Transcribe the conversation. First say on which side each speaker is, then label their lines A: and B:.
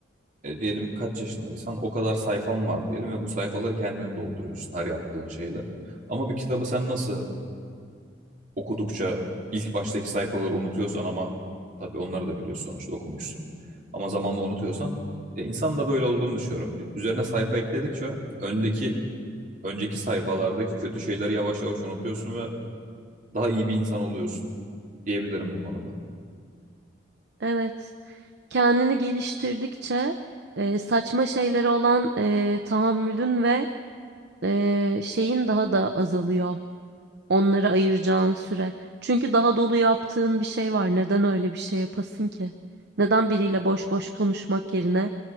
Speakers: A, on the right; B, on the right.
A: e, diyelim kaç yaşındaysan o kadar sayfan var diyelim ve bu sayfaları kendin dolduruyorsun her yaptığın şeyle. Ama bir kitabı sen nasıl okudukça ilk baştaki sayfaları unutuyorsan ama tabii onları da biliyorsun sonuçta okumuşsun. Ama zamanla unutuyorsan ya insan da böyle olduğunu düşünüyorum. Ü- Üzerine sayfa ekledikçe öndeki önceki sayfalardaki kötü şeyleri yavaş yavaş unutuyorsun ve daha iyi bir insan oluyorsun diyebilirim bu konuda.
B: Evet. kendini geliştirdikçe e, saçma şeylere olan e, tahammülün ve e, şeyin daha da azalıyor. Onları ayıracağın süre. Çünkü daha dolu yaptığın bir şey var. Neden öyle bir şey yapasın ki? Neden biriyle boş boş konuşmak yerine